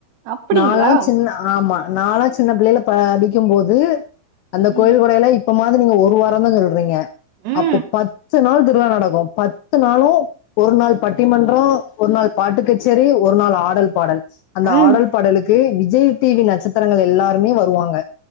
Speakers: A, on the right; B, on the left.
A: அப்படிங்களா
B: நாலா சின்ன ஆமா நாலா சின்ன பிள்ளையில ப படிக்கும் போது அந்த
A: ம்
B: கோயில் கொடையிலா இப் இப்ப மாது நீங்க ஒரு வாரே தா சொல்றீங்க
A: ம்
B: அப்போ பத்து நாளு திருவிழா நடக்கு பத்து நாளு ஒரு நாள் பட்டிமன்ற ஒரு நாள் பாட்டு கச்சேரி ஒரு நாள் ஆடல் பாடல் அந்த
A: ம்
B: ஆடல் பாடலுக்கு விஜய் டி வி நட்சத்திரங்கள் எல்லாருமே வருவாங்க